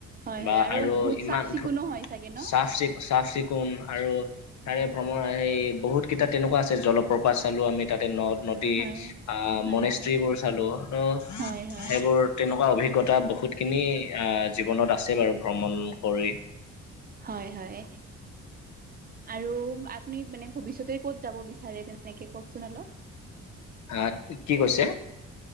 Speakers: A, on the right; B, on the left.
A: হয়
B: বা
A: হয়
B: আৰু
A: বহুত
B: ইমান
A: চাফ চিকুণো
B: ধু
A: হয় চাগে ন
B: চাফ-চিকুণ চাফ-চিকুণ আৰু তাৰে ভ্ৰমণ সেই বহুত কেইটা তেনেকুৱা আছে জলপ্ৰপাত চালোঁ আমি তাতে নদ-নদী
A: হয়,
B: আহ
A: হয়,
B: মনেস্ত্ৰীবোৰ
A: হয়,
B: চালোঁ, ত
A: হয়, হয়,
B: সেইবোৰ তেনেকুৱা অভিজ্ঞতা বহুতখিনি আহ জীৱনত আছে বাৰু ভ্ৰমণ কৰি
A: হয়-হয়। আৰু আপুনি মানে ভৱিষ্যতে ক'ত যাব বিচাৰে তেনেকে কওঁকচোন অলপ?
B: হা, কি কৈছে?